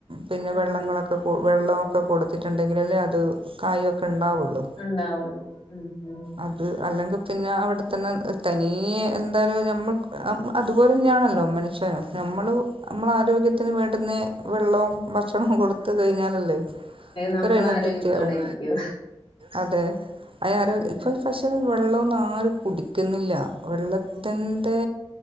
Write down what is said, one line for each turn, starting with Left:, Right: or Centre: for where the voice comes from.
Right: പിന്നെ വെള്ളങ്ങളൊക്കെ
Left: ആഹ്
Right: വെള്ളമൊക്കെ കൊടുത്തിട്ടുണ്ടെങ്കിൽ അല്ലേ അത് കായൊക്കെ ഉണ്ടാവുള്ളൂ
Left: ഉണ്ടാവുള്ളു ഉം ഉം
Right: അത് അല്ലെങ്കിൽ പിന്നെ അവിടെത്തന്നെ തനിയെ എന്തായാലും നമ്മൾ അതുപോലെ തന്നെയാണല്ലോ മനുഷ്യനും നമ്മള് നമ്മള ആരോഗ്യത്തിന് വേണ്ടുന്നെ വെള്ളവും ഭക്ഷണവും കൊടുത്ത് കഴിഞ്ഞാലല്ലേ
Left: നമ്മള്
Right: ഒരു എനർജറ്റി
Left: ആരോഗ്യത്തോടെ
Right: ആവും
Left: ഇരിക്കൂ
Right: അതെ അയ ആരോ
Left: അതെ
Right: ഇപ്പം പക്ഷെ വെള്ളമൊന്നും ആരും കുടിക്കുന്നില്ല വെള്ളത്തിന്റെ
Left: ഉം